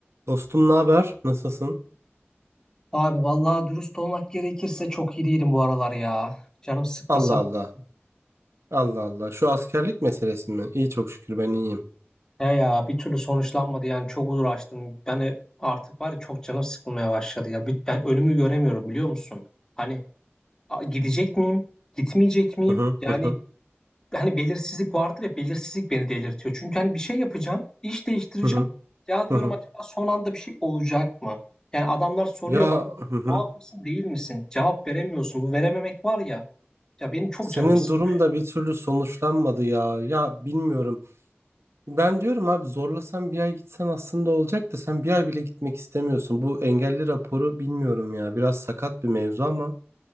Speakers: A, on the right (about 90°); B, on the left (about 15°).
A: Dostum ne haber? Nasılsın?
B: Abi vallahi dürüst olmak gerekirse çok iyi değilim bu aralar ya. Canım sıkkın
A: Allah
B: sen nasılsın?
A: Allah. Allah Allah. Şu askerlik meselesi mi? İyi çok şükür ben iyiyim.
B: He ya bir türlü sonuçlanmadı yani çok uğraştım. Ben e- artık var ya çok canım sıkılmaya başladı ya. Bir- Ben önümü göremiyorum biliyor musun? Hani a- gidecek miyim? Gitmeyecek miyim?
A: Hı hı
B: Yani
A: hı hı
B: hani belirsizlik vardır ya belirsizlik beni delirtiyor. Çünkü hani bir şey yapacağım, iş değiştireceğim.
A: hı hı.
B: Ya diyorum
A: hı hı.
B: acaba son anda bir şey olacak mı? Yani adamlar soruyor
A: Ya
B: bana
A: hı hı.
B: muaf mısın değil misin? Cevap veremiyorsun. Bu verememek var ya. Ya benim çok
A: Senin
B: canım sıkıyor.
A: durum da bir türlü sonuçlanmadı ya. Ya bilmiyorum. Ben diyorum abi zorlasan bir ay gitsen aslında olacak da sen bir ay bile gitmek istemiyorsun. Bu engelli raporu bilmiyorum ya. Biraz sakat bir mevzu ama